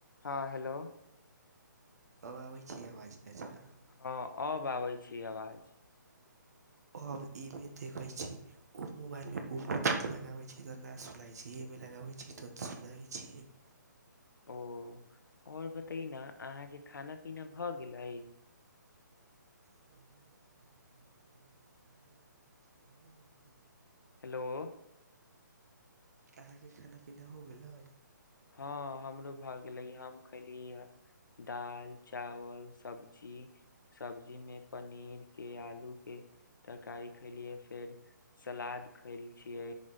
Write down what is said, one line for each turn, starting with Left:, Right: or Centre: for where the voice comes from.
Left: हँ हेलो। <unintelligible>
Right: अब आबै छी आवाज अच्छा।
Left: हँ अब आबै छी आवाज। <unintelligible>
Right: अब ईमे देखैत छी ओ मोबाइलमे ब पीत लगाबैत छी तऽ नहि सुनाैत छी एहिमे लगाबैत छी तऽ सुनाैत छीियै। <unintelligible>
Left: ओ आओर बतै न अहाँके खाना पीना भऽ गेलै। <unintelligible>
Right: इहाँ के तऽ खाना पीना हो गेलै हो गेलै।
Left: हेलो। <unintelligible>
Right: अहाँके खाना पीना हो गेले।
Left: हँ हमरो भऽ गेलै हम खयलियै दालि चावल सब्जी सब्जीमे पनीर के आलू के तरकारी खैलियै फेर सलाद खैले छियै